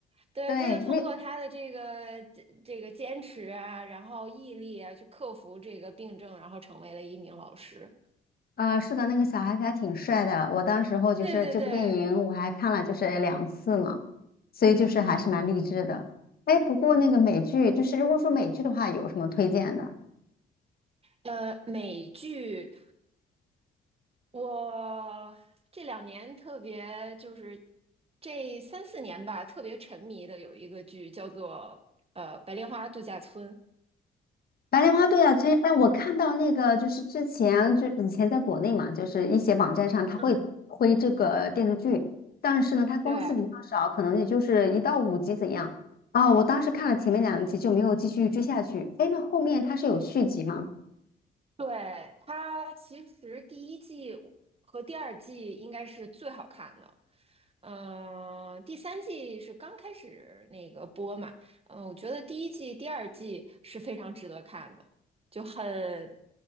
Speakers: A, on the right; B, on the left.
A: 对，
B: 对，
A: 他就通过他的这个这这个坚持啊，
B: 那
A: 然后毅力啊，去克服这个病症，然后成为了一名老师。
B: 呃，是的，那个小孩子还挺帅的。我当时候就是这部电影，
A: 对对对，
B: 我还看了就是两次呢，所以就是还是蛮励志的。
A: 嗯。
B: 哎，不过那个美剧，就是如果说美剧的话，有什么推荐的？
A: 呃，美剧我这两年特别就是这三四年吧，特别沉迷的有一个剧叫做呃《白莲花度假村》。
B: 白莲花，对啊，这哎，我看到那个就是之前就以前在国内嘛，就是一些网站上它会推这个电视剧，
A: 嗯，
B: 但是呢，它更新比较少，
A: 对
B: 可能也就是一到五集怎样啊。我当时看了前面两集就没有继续追下去。哎，那后面它是有续集吗？
A: 对，它其实第一季和第二季应该是最好看的。嗯，第三季是刚开始那个播嘛，嗯、我觉得第一季、第二季是非常值得看的，就很